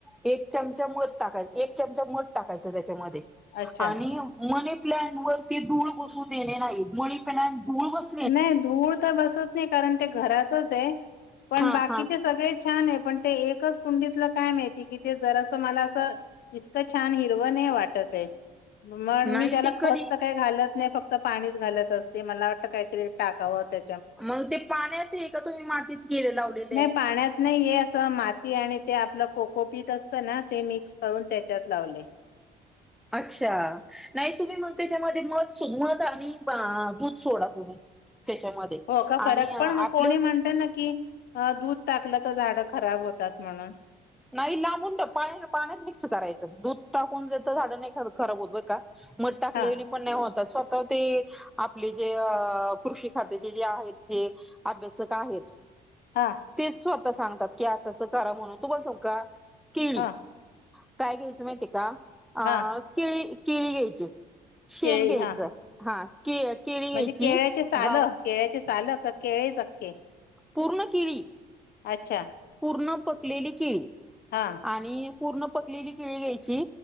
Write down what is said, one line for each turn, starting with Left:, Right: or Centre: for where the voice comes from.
Centre: एक चमचा मध टाकायचं. एक चमचा मध टाकायचं त्याच्यामध्ये
Left: अच्छा
Centre: आणि मनी प्लांट वरती धूळ बसू देणे नाही. मनी प्लांट धूळ बस
Left: नाही धूळ तर बसत नाही कारण ते घरातच आहे, पण
Centre: हा
Left: बाकीचे
Centre: हा
Left: सगळे छान आहे, पण ते एकच कुंडीतलं काय माहिती की ते जरासं, मला असं इतकं छान हिरवं नाही वाटत आहे. मण
Centre: नाही
Left: मी त्याला
Centre: ते कधी
Left: खत तर काही घालत नाही, फक्त पाणीच घालत असते. मला वाटतं काय ते टाकावं त्या
Centre: मग ते पाण्यात हे? का तुम्ही मातीत केले लावलेले
Left: नाही
Centre: आहे?
Left: पाण्यात नाही हे असं माती आणि ते आपलं कोकोपीठ असतं ना, ते मिक्स करून त्याच्यात लावले.
Centre: अच्छा. नाही तुम्ही मग ते त्याच्या मध्ये मध, मध आणि दूध सोडा तुम्ही त्याच्यामध्ये.
Left: हो का
Centre: आणि
Left: फरक
Centre: आपलं
Left: पण मग कोणी म्हणत ना की अ दूध टाकलं तर झाडं खराब होतात म्हणून.
Centre: नाही लांबून पा पाण्यात मिक्स करायचं दूध टाकून द्यायचं झाड नाही खराब होत बरं का! मध टाकलेली
Left: हा
Centre: पण नाही होत स्वतः ते आपले जे कृषी खात्याचे जे आहेत जे अभ्यासक आहेत
Left: हा.
Centre: तेच स्वतः सांगतात की असं असं करा म्हणून, तुम्हाला सांगु का केळी
Left: हा
Centre: काय घ्यायचं माहिती का, अ
Left: हा
Centre: केळी केळी घ्यायची. शेण
Left: केळी
Centre: घ्यायचं,
Left: हा
Centre: हा के केळी घ्यायची
Left: म्हणजे केळ्याचे साल
Centre: गाव
Left: केळ्याचे साल का केळेच अख्खे?
Centre: पूर्ण किळी.
Left: अच्छा.
Centre: पूर्ण पकलेली केळी.
Left: हा.
Centre: आणि पूर्ण पकलेली केळी घ्यायची